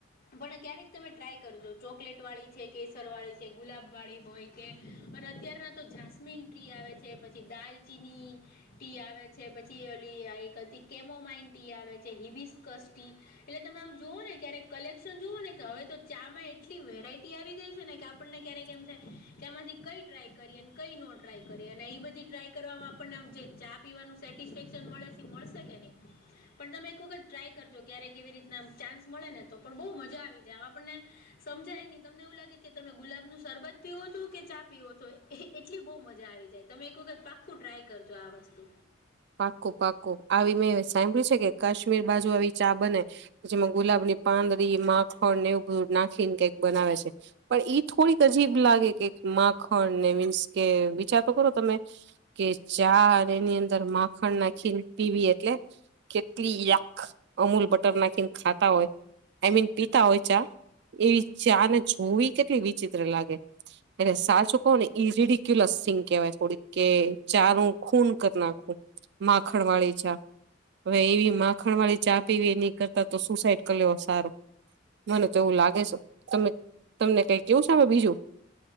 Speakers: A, on the left; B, on the right.
A: પણ ક્યારેક તમે ટ્રાય કરજો ચોકલેટ વાળી છે, કેસર વાળી છે, ગુલાબ વાળી હોય. કે અને અત્યારનાતો જાસ્મીન ટ્રી આવે છે, પછી દાલચીની. ટી આવે છે, પછી ઓલી એક કેમોમાઇન ટી આવે છેય હિબિસ્કસટી. એટલે તમે આમ જુઓને ક્યારેક કલેક્શન જુઓ નેકે હવે તો ચામાં એક. કેટલી વેરાયટી આવી ગઈ છે, નેકે આપણને ક્યારેક કેમ થાય. ત્યાંમાંથી કંઈ ટ્રાય કરી અને કંઈનો ટ્રાય કરી અને એ બધી ટ્રાય કરવાવામાં આપણને આમ જે ચાપ, પીવાનું સેટિસ્ફેક્શન મળે મળશે કે નહીં. પણ તમે એક વખત ટ્રાય કરજો ક્યારે કેવી રીતના ચાન્સ મળે ને તો પણ બહુ મજા આવી જાય આપણને, સમજાય નહી તમને એવું લાગે કે તમે ગુલાબનું સરબત પીવો છો, કેચા પીવો છો, એટલી બહુ મજા આવી જાય. તમે એક વખત પાક્કું ટ્રાય કરજો આ વસ્તુ,
B: પાક્કું પાક્કું આવી મેં સાંભળ્યું છે, કે કાશ્મીર બાજુ આવી ચા બને. જેમાં ગુલાબની પાંદડી માખણને એવું બધું નાખીને કંઈક બનાવે છે. પણ ઈ થોડીક અજીબ લાગેકે માખણ ને મીન્સ કે વિચારતો કરો તમે, કેચા અને એની અંદર માખણ નાખીન પીવી એટલે, કેટલી યાક અમૂલ બટર નાખીને ખાતા હોય. આઈ મીન પિતા હોય ચા એવી ચાને જોવી કેટલી વિચિત્ર લાગે, એટલે સાચું કહીંને ઈ રડક્યુલસિંગ કહેવાય થોડીક કે ચારું ખૂન કરી નાખું, માખણવાળી ચા, હવે એવી માખણ વાળી ચા પીવી એ નહીં કરતા તો સુસાઈડ કરી લેવો સારો, મનેતો એવું લાગે છે, તમે તમને કંઈ કેવું છે, મે બીજું